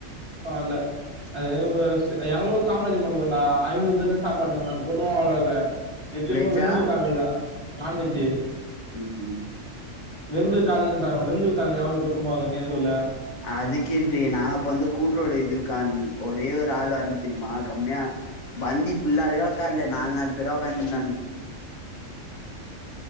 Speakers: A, on the right; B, on the left.
A: வால்ல அது ஒர்ஸ் எங்களோ காமராஜர் மண்டபோண்டா ஐநூர் பேர்தா சாப்பாடுன் சொன்னாங்க கூட்டோலா அவ்ளோ இல்ல எட்த்தென்னவோ
B: வெஜ்ஜா
A: வெங்கில் கால்ணிதா நான்வெஜ்ஜு
B: ம் ஹும்
A: வெங்கல் கால்ணின் இர்ந்தாங்கோ வெங்கல் கால்ணி எவுளோ கூட்டமா இருக்கு நீயே சொல்ல
B: அதுக்கேன்றியே நாங்க அப்ப வந்து கூட்றோடு இது கால்ணி ஒரே ஒரு ஆள்வர்னு தெரிமா கம்மியா பந்தி ஃபுல்லாவே உக்காலே நால் நால் பேரா உக்காந் இருந்தானுங்க